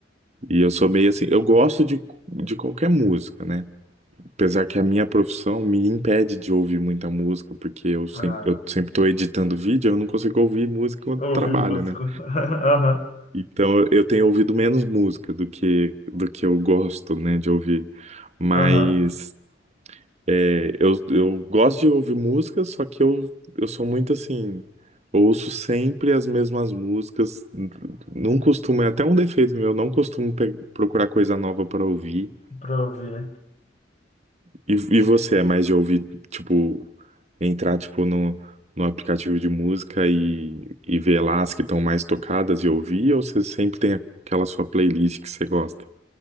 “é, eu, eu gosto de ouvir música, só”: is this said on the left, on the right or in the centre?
Right